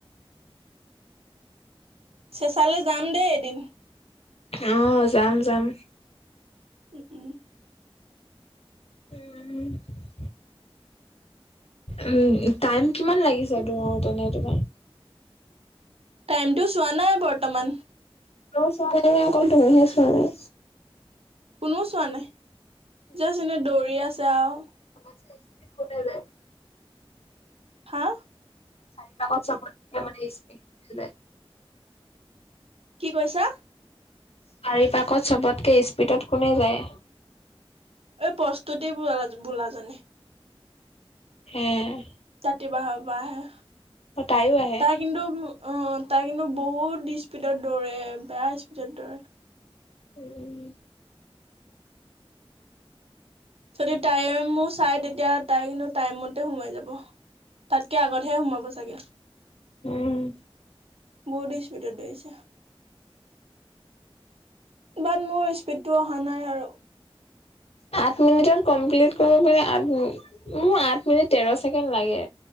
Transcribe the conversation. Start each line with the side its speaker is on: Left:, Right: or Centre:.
Right: চেচালৈ যাম দেই এদিন
Left: আহ যাম যাম
Right: উম উম
Left: উম উম টাইম কিমান লাগিছে তোৰ তেনে তোমাৰ
Right: টাইম টু চোৱা নাই বৰ্তমান
Left: চোৱা নাই নে অকল তুমিহে চোৱা নাই
Right: কোনও চোৱা নাই যেচ এনে দৌৰিয়া যাওক
Left: লক্ষ্মত কোঠ যোয়
Right: হা
Left: চাৰিত চবতকে মানে স্পীড ক ম যায়
Right: কি কৈছা
Left: শাৰিপাকত চবতকে স্পীডত কোনে যায়
Right: এই প্ৰস ততেই ব বোলাজানে
Left: হম
Right: জাতি বাহ বা আহে
Left: অ তাইও আহে
Right: ত কিন্তু অ তাই কিন্তু বহুত স্পীডত দৌৰে বেয়া স্পীডত দৌৰে
Left: উম
Right: যদি াইম মোৰ চাই তেতিয়া তাই কিন্তু টাইমতে সোমাই যাব তাতকে আগতহে সোমাব চাগে
Left: উম
Right: বহুত স্পীডত ধৰিছে বাট মোৰ স্পীডতটো অহা নাই আৰু
Left: আাত মিনিটৰ কমপ্লিট আিন মোৰ আঠ মিনিট তেৰ ছেকেণ্ড লাগে